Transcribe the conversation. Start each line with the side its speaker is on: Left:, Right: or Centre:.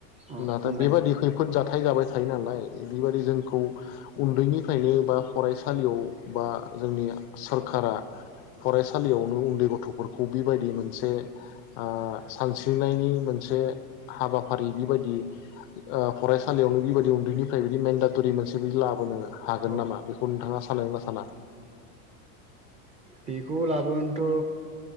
Right: अ
Left: नाथाय
Right: बुंलाय
Left: बेबादि खैफोद जाथाय जाबाय थायो नालाय बेबादि जोंखौ उन्दैनि उनदैनिफ्रायनो बा फरायसालियाव बा जोंनि सोरखारा फरायसालियावनो उन्दै गथफोरखौ बेबायदि मोनसे आ सानस्रिनायनि मोनसे हाबाफारि बिबायदि ओ फरायसालियावनो बेबायदि उन्दैनिफ्राय बिदि मेनडाटरि मोनसे बिदि लाबोनो हागोन
Right: औ
Left: नामा बेखौ नोंथाङा सानो ना साना?
Right: बेखौ लाबोनथ